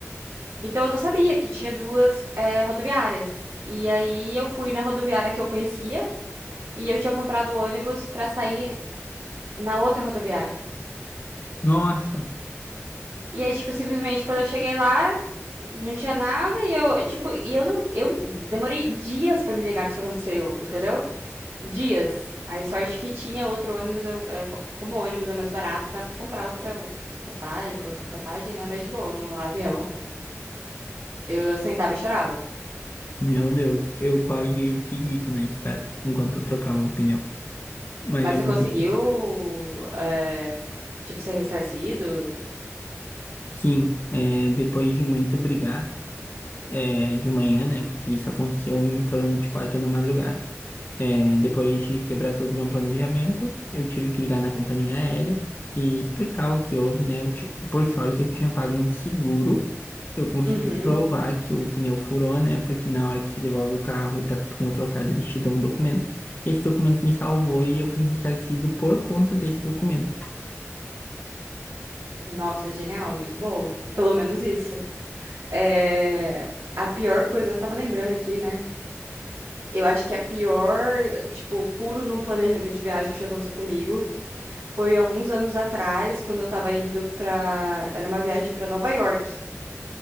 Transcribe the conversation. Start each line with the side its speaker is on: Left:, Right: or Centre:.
Right: Então eu não sabia que tinha duas eh, rodoviárias. E aí eu fui na rodoviária que eu conhecia e eu tinha comprado o ônibus pra sair na outra rodoviária.
Left: Nossa,
Right: E aí, tipo, simplesmente quando eu cheguei lá, não tinha nada e eu, tipo, e eu não, eu demorei dias pra me ligar que isso aconteceu, entendeu? Dias. Aí sorte que tinha outro ônibus, eu, eu- como o ônibus é mais barato, dá pra comprar outra, outra passagem, outra passagem, né? mas de boa, no avião. Eu sentava e chorava.
Left: meu Deus, eu quase fiz isso na estrada, enquanto eu trocava o pneu. Mas
Right: Mas
Left: eu
Right: você
Left: não
Right: conseguiu,
Left: podia.
Right: é, tipo, ser ressarcido?
Left: Sim, é, depois de muito brigar, é, de manhã, né? Porque isso aconteceu em torno de quatro da madrugada. É, depois de quebrar todo o meu planejamento, eu tive que ligar na companhia aérea e explicar o que houve, né? Eu ti- Por sorte, eu tinha pago um seguro. Eu consegui
Right: Uhum.
Left: provar que o pneu furou, né? Porque na hora que você devolve o carro e tá com o pneu trocado, eles te dão um documento. Esse documento me salvou e eu fui ressarcido por conta desse documento.
Right: Nossa, genial, muito bom. Pelo menos isso. É, a pior coisa, eu tava lembrando aqui, né? Eu acho que a pior, tipo, furo no planejamento de viagem que já aconteceu comigo foi alguns anos atrás, quando eu tava indo pra. Era uma viagem pra Nova York.